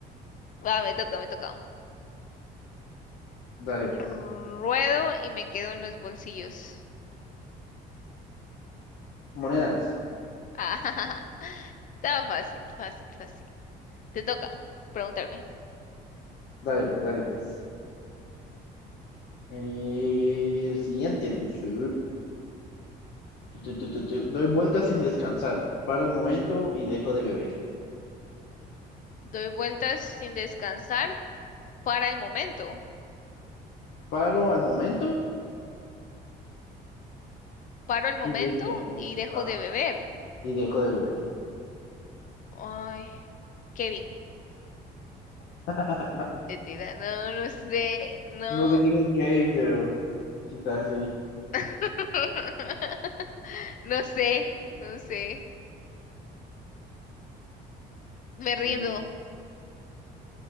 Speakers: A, on the left; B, on the left.
A: Va, me toca, me toca.
B: Dale, pues.
A: Ruedo y me quedo en los bolsillos.
B: Monedas.
A: Ah, <laughs> estaba fácil, fácil, fácil. Te toca preguntarme.
B: Dale, pues, dale, pues. El siguiente dice, tu, tu, tu, tu, tu, doy vueltas sin descansar. Paro al momento y dejo de beber.
A: Doy vueltas sin descansar para el momento.
B: Paro al momento
A: Paro el momento
B: y dejo de beber.
A: y dejo
B: Ajá,
A: de beber.
B: y dejo de beber.
A: Ay, Kevin.
B: <laughs>
A: Mentira, no, no sé, no.
B: No sé quién es Kane, pero quizás sí.
A: <laughs> No sé, no sé. Me rindo.
B: Mm,